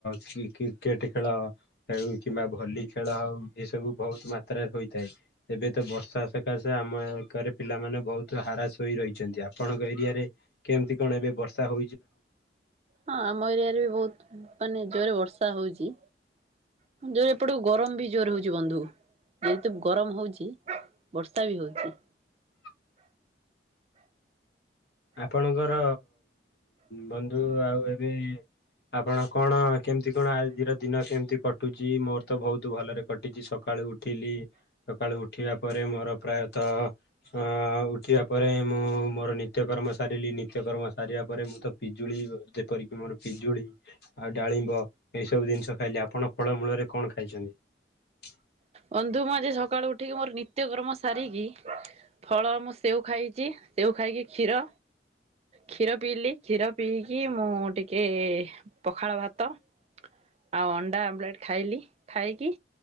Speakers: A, on the left (about 60°); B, on the right (about 35°).
A: କ୍ରିକେଟ ଖେଳୁ କିମ୍ବା ଭଲି ଖେଳ ହଉ ଏସବୁ ବହୁତ ମାତ୍ରାରେ ହୋଇଥାଏ ଏବେ ତ ବର୍ଷା ସକାଶ ଆମ କରେ ପିଲାମାନେ ବହୁତ ହ୍ରାସ ହୋଇ ରହିଛନ୍ତି ଆପଣଙ୍କ ଏରିଆରେ କେମିତି କଣ ଏବେ ବର୍ଷା ହ
B: ହଁ ଆମ ଏରିଆରେ ବି ବହୁତ ମାନେ ଜୋରରେ ବର୍ଷା ହୋଉଚି? ଯୋରେ ଏପଟକୁ ଗରମ ବି ଜୋରେ ହୋଉଚି ବନ୍ଧୁ। ଯେହେତୁ ଗରମ ହୋଉଚି ବର୍ଷା ବି ହୋଉଚି।
A: <unintelligible> ଆପଣଙ୍କର ବନ୍ଧୁ ଆଉ ଏବେ ଆପଣ କଣ କେମତି କଣ ଆଜିର ଦିନ କେମିତି କଟୁଚି ମୋରୋ ତ ବୋହୁତ ଭଲରେ କଟିଚି ସକା କାଳୁ ଉଠିଲି ସକାଳୁ ଉଠିବା ପରେ ମୋର ପ୍ରାୟତଃ ଅଁ ଉଠିବା ପରେ ହିଁ ମୁଁ ମୋରୋ ନିତ୍ୟ ନିତ୍ୟ କର୍ମ ସାରିଲି ନିତ୍ୟ କର୍ମ ସାରିବା ପରେ ମୁଁ ତ ପିଜୁଳି ଯେପରି କି ମୋର ପିଜୁଳି ଆଉ ଡାଳି ଳିମ୍ବ ଏଇ ସବୁ ଜିନିଷ ଖାଇଲେ ଆପଣ ଫଳମୂଳରେ କଣ ଖାଇଛନ୍ତି।
B: ବନ୍ଧୁ ମୁଁ ଆଜି ସକାଳୁ ଉଠିକି ମୋର ନିତ୍ୟ କର୍ମ ସାରିକି ଫଳ ମୁଁ ସେଓ ଖାଇଛି ସେଓ ଖାଇକି କ୍ଷୀର କ୍ଷୀର ପିଇଲି କ୍ଷୀର ପିଇକି ମୁଁ ଟିକେ ପଖାଳ ଭାତ ଆଉ ଅଣ୍ଡା ଆବଲେଟ ଖାଇଲି ଖାଇକି